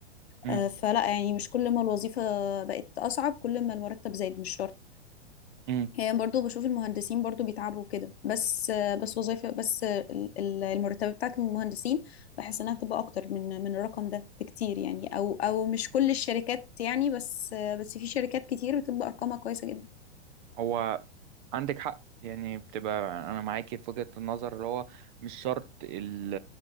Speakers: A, on the right; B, on the left.
A: امم
B: آه، فلا يعني مش كل ما الوظيفة بقت اصعب كل ما المرتب زاد مش شرط
A: امم
B: هي برضو بشوف المهندسين برضو بيتعبوا كده بس بس وظيفة بس ال- ال- المرتبة بتاعت المهندسين بحس انها بتبقى اكتر من من الرقم ده بكتير يعني او او مش كل الشركات يعني بس بس في شركات كتير بتبقى ارقامها كويسة جدا
A: هو عندك حق يعني بتبقى انا معاكي في وجهة النظر اللي هو مش شرط ال